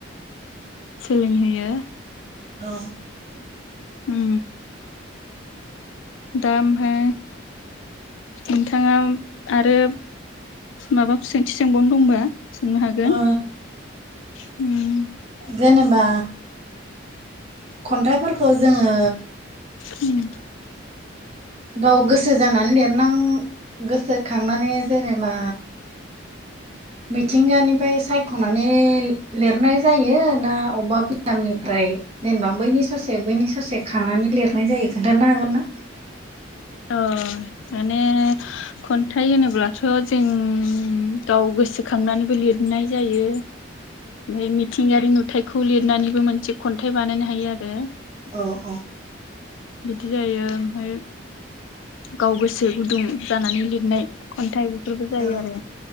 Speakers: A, on the left; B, on the right.
A: सोलोंहोयो
B: औ
A: <unintelligible> ओम दा ओमफाय नोंथाङा आरो माबाखौ सोंथि सोंबावनो दंबा सोंनो हागोन
B: ओ
A: हम
B: जेनेबा खन्थाइफोरखौ जोङो
A: हम
B: गाव गोसो जानानै लिर नां गोसोखांनानै जेनेबा मिथिंगानिफ्राय सायख'नानै लिरनाय जायो ना अबेबा बिदामनिफ्राय जेनेबा बैनि ससे बैनि ससे खांनानै लिरनाय जायो खोन्थानो हागोन ना
A: अ माने खन्थाइ होनोब्ला अब्लाथ' जों गाव गोसोखांनानैबो लिरनाय जायो बे मिथिंगारि नु थाइखौ लिरनानैबो मोनसे खन्थाइ बानायनो हायो आरो
B: औ औ
A: बिदि जायो ओमफाय गाव गोसो गुदुं जानानै लिरनाय खन्थाइ बेफोरबो जायो
B: औ
A: आरो